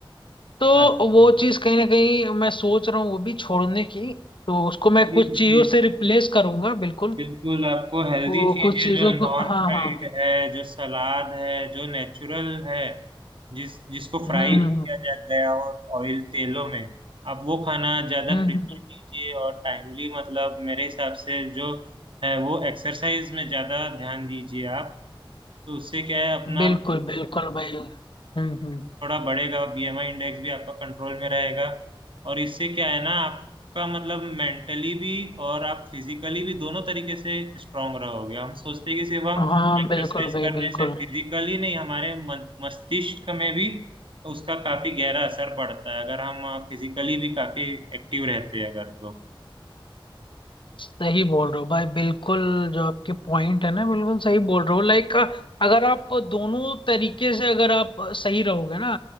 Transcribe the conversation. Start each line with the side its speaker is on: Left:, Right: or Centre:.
Left: तो
Right: हाँ,
Left: वो
Right: हाँ।
Left: चीज कहीं ना कहीं मैं सोच रहा हूँ वो भी छोड़ने की तो उसको मैं
Right: जी
Left: कुछ
Right: जी
Left: चीजों से रिप्लेस करूंगा बिल्कुल
Right: बिल्कुल आपको हेल्दी
Left: वो
Right: चीजें
Left: कुछ चीजों
Right: जो
Left: को
Right: नॉन
Left: हाँ
Right: फ्राइड
Left: हाँ हाँ।
Right: है जो सलाद है जो नेचुरल है जिस जिसको फ्राई
Left: हम्म
Right: किया
Left: हम्म
Right: जाता है और ऑयल तेलों में आप वो खाना ज्यादा
Left: हम्म
Right: प्रेफर
Left: हम्म, हम्म,
Right: कीजिए और टाइमली मतलब मेरे हिसाब से जो है वो एक्सरसाइज में ज्यादा ध्यान दीजिए आप तो उससे क्या है अपना
Left: हम्म। बिल्कुल बिल्कुल भाई हम्म हम्म
Right: थोड़ा बढ़ेगा बीएमआई इंडेक्स भी आपका कंट्रोल में रहेगा और इससे क्या है ना आपका मतलब मेंटली भी और आप फिजिकली भी दोनों तरीके से स्ट्रांग रहोगे हम सोचते हैं कि सिर्फ हम
Left: हाँ
Right: एक्सरसाइज
Left: बिल्कुल भाई
Right: करने
Left: बिल्कुल
Right: से फिजिकली नहीं हमारे मन- मस्तिष्क में भी उसका काफी गहरा असर पड़ता है अगर हम फिजिकली भी काफी एक्टिव रहते हैं अगर तो
Left: सही बोल रहे हो भाई बिल्कुल जो आपके पॉइंट है ना बिल्कुल सही बोल रहे हो लाइक अगर आप दोनों तरीके से अगर आप सही रहोगे ना